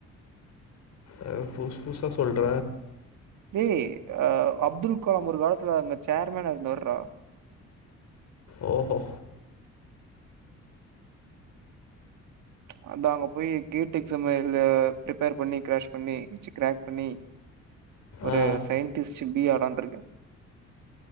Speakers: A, on the left; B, on the right.
A: ஏதோ புசு புசா சொல்ற
B: ஏ அ அப்துல் கலாம் ஒரு காலத்துல அங்க சேர்மேனா இருந்தவர் டா
A: ஓ ஹோ
B: அ அங்க போய் கேட் எக்ஸாம் எழுத பிப்பேர் பண்ணி க்ரேஷ் பண்ணி ச்சே கிராக் பண்ணி ஒரு
A: ஆ
B: சயின்டிஸ்ட் பி ஆளான்ட்டிருக்கே